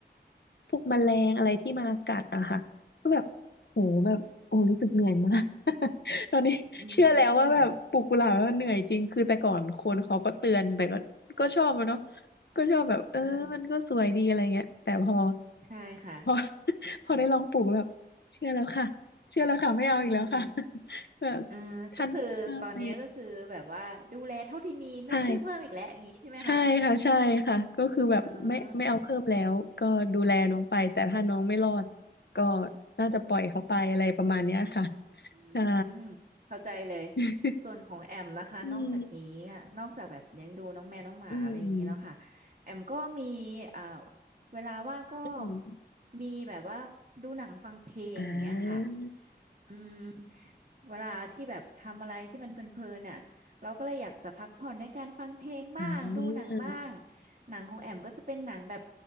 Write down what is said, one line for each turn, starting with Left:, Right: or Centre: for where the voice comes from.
Left: พวกแมลงอะไรที่มากัดอะค่ะก็แบบโหแบบโอ้รู้สึกเหนื่อยมาก <laughs> ตอนนี้เชื่อแล้วว่าแบบปลูกกุหลาบแล้วมันเหนื่อยจริงคือแต่ก่อนคนเขาก็เตือนแต่ก็ก็ชอบอะเนาะ
Right: อืมอืม
Left: ก็ชอบแบบเออมันก็สวยดีอะไรเงี้ยแต่พอ
Right: อืมใช่ค่ะ
Left: พอ <laughs> พอได้ลองปลูกแล้วแบบเชื่อแล้วค่ะเชื่อแล้วค่ะไม่เอาอีกแล้วค่ะ
Right: เออ
Left: <laughs> แบบ
Right: เออก็คือตอนนี้ก็คือแบบว่าดูแลเท่าที่มีไม่ซื้อเพิ่มอีกแล้วอย่างนี้ใช่ไหมคะ
Left: ท่านเจ้าไปใช่ ใช่ค่ะใช่ค่ะก็คือแบบไม่ไม่เอาเพิ่มแล้วก็ดูแลน้องไปแต่ถ้าน้องไม่รอด
Right: อ๋อ
Left: ก็น่าจะปล่อยเขาไปอะไรประมาณเนี้ยค่ะ
Right: อื
Left: ใช่
Right: มเข้าใจเลย
Left: <laughs>
Right: ส่วนของแอมนะคะนอกจากนี้อะนอกจากแบบเลี้ยงดูน้องแมวน้องหมาอะไรอย่างนี้แล้วค่ะ
Left: อืมอืม
Right: แอมก็มีอ่าเวลาว่างก็
Left: อืม
Right: มีแบบว่าดูหนังฟังเพลงอย่างเงี้ยค่ะ
Left: อ่า
Right: อืมเวลาที่แบบทำอะไรที่มันเพลินๆน่ะเราก็เลยอยากจะพักผ่อนด้วยการฟังเพลงบ้างดูหนังบ้าง
Left: อ่า
Right: หนังของแอมก็จะเป็นหนังแบบ